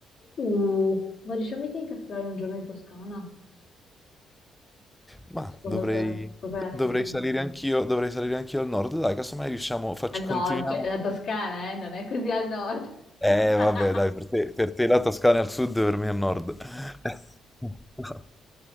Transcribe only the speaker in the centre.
Ma
dovrei,
dovrei
salire anch'io, dovrei salire anch'io al nord, dai, casomai riusciamo, faccio,
continuiamo.
Eh,
vabbè, dai, per te, per te la Toscana è al sud, per me è al nord. <laughs>